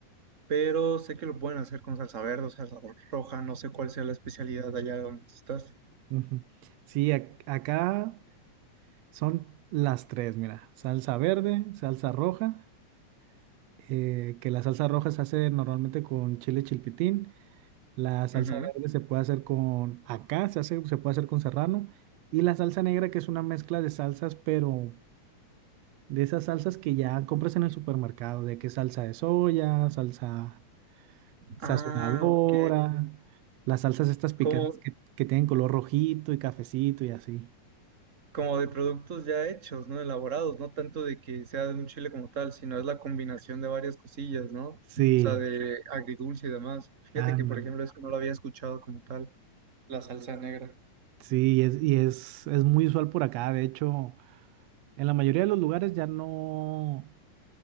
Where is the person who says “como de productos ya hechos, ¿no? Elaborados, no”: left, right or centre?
Right